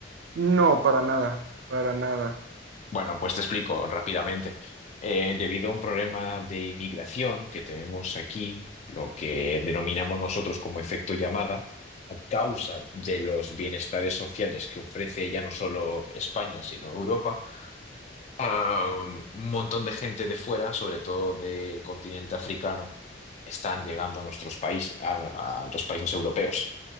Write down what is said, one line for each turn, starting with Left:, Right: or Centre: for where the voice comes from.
Right: No, para nada, para nada.
Left: Bueno, pues te explico rápidamente. Eh, debido a un problema de inmigración que tenemos aquí, lo que denominamos nosotros como efecto llamada, a causa de los bienestares sociales que ofrece ya no solo España, sino Europa, Ah, un montón de gente de fuera, sobre todo del continente africano, están llegando a nuestros países, a, a los países europeos.